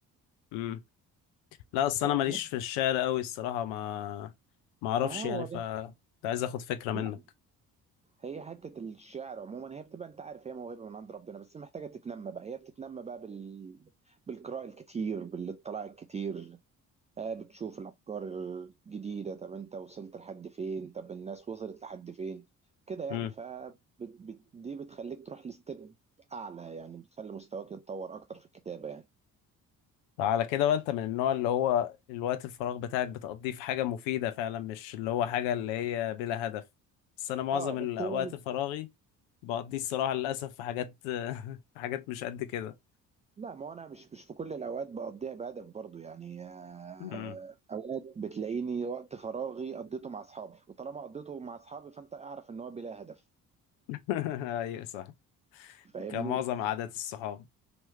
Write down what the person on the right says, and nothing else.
فاهم
ما هو
ده
لا، هي حتة الشعر عموما هي بتبقى انت عارف هي موهبة من عند ربنا بس محتاجة تتنمى بقى هي بتتنمى بقى بال... بالقراءة الكتير بالاطلاع الكتير آه بتشوف الأفكار الجديدة طب انت وصلت لحد فين طب الناس وصلت لحد فين كده يعني
ف بت... بت... دي بتخليك تروح لستيب أعلى يعني بتخلي مستواك يتطور أكتر في الكتابة يعني
اه
بس هو
لا ما هو انا مش مش في كل الاوقات بقضيها بهدف برضو يعني آه،
اوقات بتلاقيني وقت فراغي قضيته مع اصحابي وطالما قضيته مع اصحابي فانت اعرف ان هو بلا هدف
فاهمني